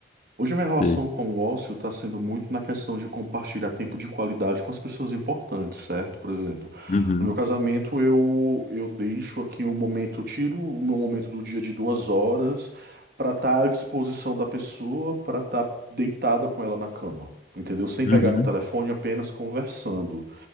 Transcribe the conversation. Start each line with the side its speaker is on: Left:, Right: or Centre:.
Right: Hoje a minha relação
Left: sei.
Right: com o ócio está sendo muito na questão de compartilhar tempo de qualidade com as pessoas importantes, certo? Por exemplo,
Left: Uhum,
Right: no meu casamento eu, eu deixo aqui um momento, eu tiro o meu momento do dia de duas horas para estar à disposição da pessoa, para estar deitada com ela na cama, entendeu? Sem
Left: uhum,
Right: pegar no telefone, apenas conversando.